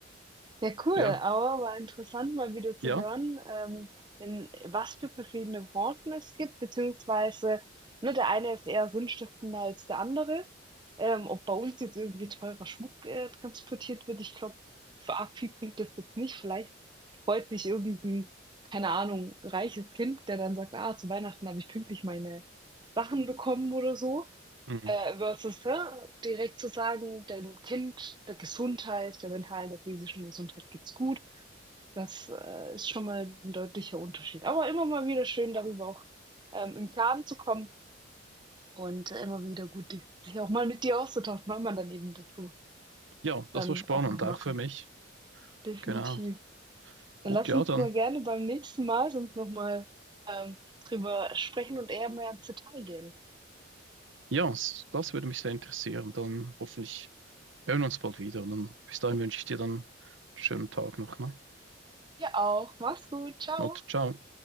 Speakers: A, on the right; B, on the right.
A: Ja, cool,
B: Ja,
A: aber war interessant, mal wieder zu
B: ja.
A: hören, ähm, in was für verschiedene Branchen es gibt, beziehungsweise, ne, der eine ist eher sinnstiftender als der andere. Ähm, ob bei uns jetzt irgendwie teurer Schmuck, äh, transportiert wird, ich glaube, für arg viel bringt das jetzt nicht. Vielleicht freut sich irgend 'n, keine Ahnung, reiches Kind, der dann sagt: „Ah, zu Weihnachten habe ich pünktlich meine Sachen bekommen“ oder so.
B: Mhm.
A: Äh, versus, ne, direkt zu sagen, dem Kind, der Gesundheit, der mentalen, der physischen Gesundheit geht's gut. Das, äh, ist schon mal ein deutlicher Unterschied. Aber immer mal wieder schön, darüber auch, ähm, im Klaren zu kommen und äh, immer wieder gut, die sich auch mal mit dir auszutauschen, weil man dann eben dazu
B: Ja,
A: dann
B: das war spannend,
A: auch noch
B: auch
A: mal kommt.
B: für mich.
A: Definitiv.
B: Genau.
A: Dann
B: Gut,
A: lass
B: ja,
A: uns
B: dann.
A: mal gerne beim nächsten Mal sonst noch mal, ähm, drüber sprechen und eher mehr ins Detail gehen.
B: Ja, s- das würde mich sehr interessieren. Dann hoffentlich. hören uns bald wieder. Und dann, bis dahin
A: Ja,
B: wünsche ich dir dann einen schönen Tag noch. Ne?
A: dir auch. Mach's gut. Ciao.
B: Gott, ciao.